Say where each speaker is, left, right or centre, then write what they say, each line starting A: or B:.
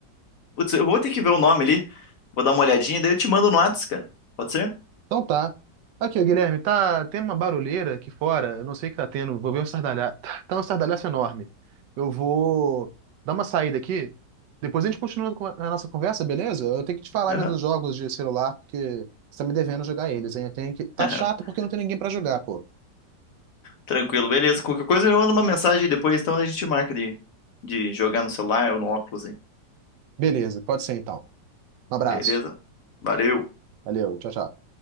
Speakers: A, on the left; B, on the right.
A: Putz, eu vou ter que ver o nome ali. Vou dar uma olhadinha, daí eu te mando no Whats, cara. Pode ser?
B: Então tá. Aqui, ó, Guilherme, tá tendo uma barulheira aqui fora. Eu não sei o que tá tendo. Vou ver um estardalhaço. Tá tá um estardalhaço enorme. Eu vou dar uma saída aqui. Depois a gente continua com a a nossa conversa, beleza? Eu tenho que te falar
A: Aham.
B: ainda dos jogos de celular, porque você tá me devendo jogar eles, hein? Eu tenho que... Tá
A: <laughs>
B: chato porque não tem ninguém pra jogar, pô.
A: Tranquilo, beleza. Qualquer coisa eu mando uma mensagem aí depois, então a gente marca de, de jogar no celular ou no óculos aí.
B: Beleza, pode ser então. Um abraço.
A: Beleza? Valeu.
B: Valeu, tchau, tchau.